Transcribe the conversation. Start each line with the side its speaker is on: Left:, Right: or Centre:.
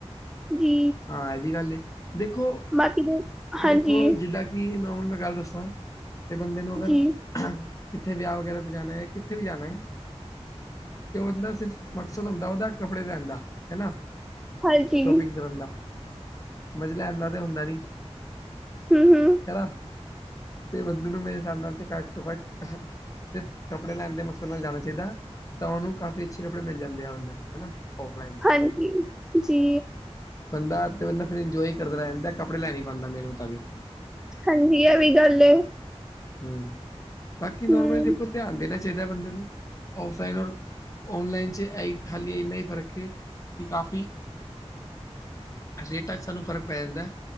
Centre: ਜੀ।
Left: ਹਾਂ ਇਹ ਵੀ ਗੱਲ ਏ, ਦੇਖੋ।
Centre: ਬਾਕੀ ਦੇ। ਹਾਂਜੀ
Left: ਦੇਖੋ ਜਿੱਦਾਂ ਕਿ ਨੌਰਮਲ ਮੈਂ ਗੱਲ ਦੱਸਾਂ, ਤੇ ਬੰਦੇ ਨੂੰ ਅਗਰ।
Centre: ਜੀ
Left: ਕਿੱਥੇ ਵਿਆਹ ਵਗੈਰਾ ਤੇ ਜਾਣਾ ਹੈ, ਕਿੱਥੇ ਵੀ ਜਾਣਾ ਹੈ। ਤੇ ਉਹ ਬੰਦਾ ਸਿਰਫ ਮਕਸਦ ਹੁੰਦਾ, ਉਹਦਾ ਕੱਪੜੇ ਲੈਣ ਦਾ ਹੈਨਾ।
Centre: ਹਾਂਜੀ
Left: ਸ਼ੋਪਿੰਗ ਕਰਨ ਦਾ, ਮਜੇ ਲੈਣ ਦਾ ਤੇ ਹੁੰਦਾ ਨੀ।
Centre: ਹੂ ਹੂ
Left: ਹੈਨਾ, ਤੇ ਬੰਦੇ ਨੂੰ ਮੇਰੇ ਹਿਸਾਬ ਨਾਲ ਤੇ ਘੱਟ ਤੋਂ ਘੱਟ। ਸਿਰਫ ਕੱਪੜੇ ਲੈਣ ਦੇ ਮਕਸਦ ਨਾਲ ਜਾਣਾ ਚਾਹੀਦਾ, ਤਾਂ ਉਹਨੂੰ ਕਾਫ਼ੀ ਅੱਛੇ ਕੱਪੜੇ ਮਿਲ ਜਾਂਦੇ ਆ ਅੰਦਰ ਨੂੰ ਹਨਾ। ਔਫਲਾਈਨ ਚ।
Centre: ਹਾਂਜੀ ਜੀ।
Left: ਬੰਦਾ ਤੇ ਬੰਦਾ ਫਿਰ ਇੰਜੋਏ ਕਰਦਾ ਰਹਿ ਜਾਂਦਾ, ਕੱਪੜੇ ਲੈ ਨਹੀਂ ਪਾਉਂਦਾ ਮੇਰੇ ਮੁਤਾਬਿਕ।
Centre: ਹਾਂਜੀ ਇਹ ਵੀ ਗੱਲ ਐ
Left: ਹੂ ਬਾਕੀ ਨੋਰਮਲੀ
Centre: ਹੂੰ,
Left: ਦੇਖੋ ਧਿਆਨ ਦੇਣਾ ਚਾਹੀਦਾ ਬੰਦੇ ਨੂੰ, ਔਫਲਾਈਨ ਔਰ। ਔਨਲਾਈਨ ਚ ਇਹ ਖਾਲੀ ਇੰਨਾ ਹੀ ਫ਼ਰਕ ਹੈ, ਕਿ ਕਾਫ਼ੀ। ਰੇਟਾਂ 'ਚ ਸਾਨੂੰ ਫ਼ਰਕ ਪੈ ਜਾਂਦਾ,